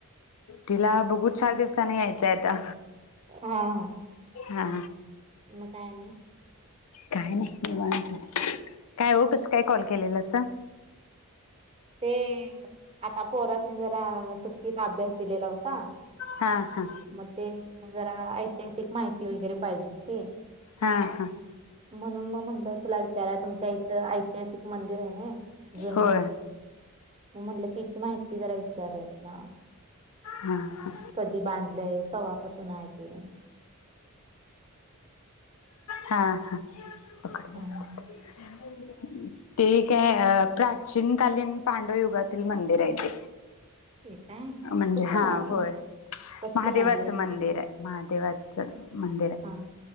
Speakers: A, on the left (about 80°); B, on the right (about 25°).
A: तिला बघू चार दिवसानी यायचंय आता
B: हा हा
A: हा
B: म काय आणि?
A: काय नाही निवांत काय ओ कसं काय कॉल केलेलासा?
B: ते आता पोरास हे जरा सुट्टीत अभ्यास दिलेला हुता
A: हा हा
B: म ते जरा ऐतिहासिक माहिती वगैरे पाहिजे होती
A: हा हा
B: म्हणून मग म्हणल तुला विचारुयां तुमच्या इथ आ तिहासिक मंदिर हाय नि जुनं
A: होय
B: म म्हणलं तिची माहिती जरा विचारूया तुला
A: हा हा
B: कधी बांडलंय कवा बसूनाय ते
A: हा हा पकडले
B: हा
A: <inaudible>
B: हा
A: ते काय अ प्राचीन कालीन पांडवयुगातील मंदिर हाय ते.
B: ते काय
A: म्हणजे
B: कसलं
A: हा
B: म
A: होय
B: कसलं
A: महादेवाचं
B: मंदिर आहे
A: मंदिराय, महादेवाच चं मंदिर
B: हा